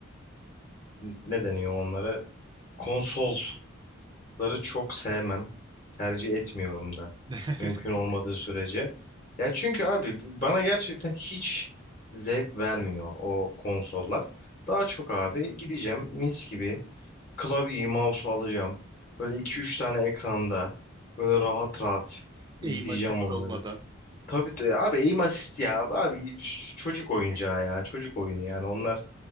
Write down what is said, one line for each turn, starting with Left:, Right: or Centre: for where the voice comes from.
Left: ne deniyor onlara? Konsolları çok sevmem. Tercih etmiyorum da.
Right: <laughs>
Left: Mümkün olmadığı sürece. Ya çünkü abi bana gerçekten hiç zevk vermiyor o konsollar. Daha çok abi gideceğim mis gibi klavyeyi, mouse'u alacağım. Böyle iki üç tane ekranda böyle rahat rahat izleyeceğim
Right: Aim assist
Left: onları.
Right: olmadan.
Left: Tabii de abi aim assist ya abi ş- çocuk oyuncağı ya çocuk oyunu yani onlar